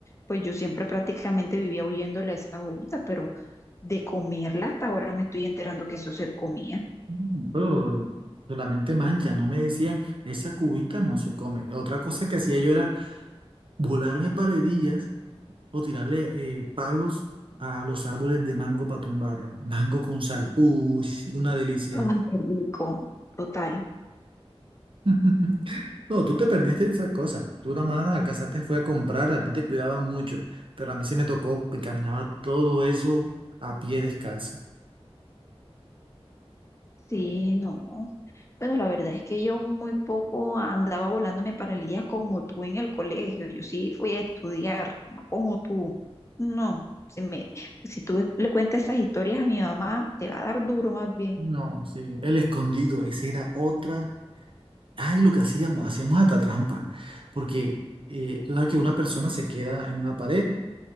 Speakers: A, on the left; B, on the right.
A: pues yo siempre prácticamente vivía huyéndole a esas uvitas, pero de comerla hasta ahora me estoy enterando que eso se comía.
B: Mm, Pero solamente mancha, no me decían, esa cubita no se come. Otra cosa que hacía yo era volarme paredillas O tirarle eh, palos a los árboles de mango para tumbarlo. Mango con sal. Uy, una delicia.
A: Ay, qué rico. Total.
B: <laughs> No, tú te perdiste de esas cosas. Tú nada más alcanzaste fue a comprar, a ti te cuidaban mucho. Pero a mí se me tocó, me caminaba todo eso a pie descalzo.
A: Sí, no. Bueno, la verdad es que yo muy poco andaba volándome paralillas como tú en el colegio. Yo sí fui a estudiar, no como tú. No, si me, si tú le cuentas esas historias a mi mamá, te va a dar duro más bien.
B: No, sí. El escondido, esa era otra. Ay, lo que hacíamos, hacíamos hasta trampa. Porque eh, tú sabes que una persona se queda en una pared